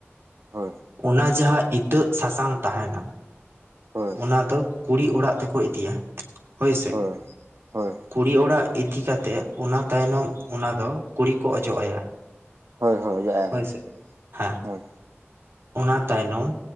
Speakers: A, on the right (about 75°); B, on the right (about 60°).
A: ᱦᱳᱭ
B: ᱚᱱᱟ ᱡᱟᱦᱟᱸ ᱤᱛᱟᱹᱜ ᱥᱟᱥᱟᱝ ᱛᱟᱦᱮᱱᱟ
A: ᱦᱳᱭ
B: ᱚᱱᱟ ᱫᱚ ᱠᱩᱲᱤ ᱚᱲᱟᱜ ᱛᱮᱠᱚ ᱤᱫᱤᱭᱟ ᱦᱳᱭᱥᱮ
A: ᱦᱳᱭ ᱦᱳᱭ
B: ᱠᱩᱲᱤ ᱚᱲᱟᱜ ᱤᱫᱤ ᱠᱟᱛᱮᱜ ᱚᱱᱟ ᱛᱟᱭᱱᱚᱢ ᱚᱱᱟ ᱫᱚ ᱠᱩᱲᱤ ᱠᱚ ᱚᱡᱚᱜ ᱟᱭᱟ
A: ᱦᱳᱭ ᱦᱳᱭ ᱚᱡᱚᱜ ᱟᱭᱟ
B: ᱦᱳᱭᱥᱮ
A: ᱠᱚ
B: ᱦᱮᱸ
A: ᱦᱳᱭ
B: ᱚᱱᱟ ᱛᱟᱭᱱᱚᱢ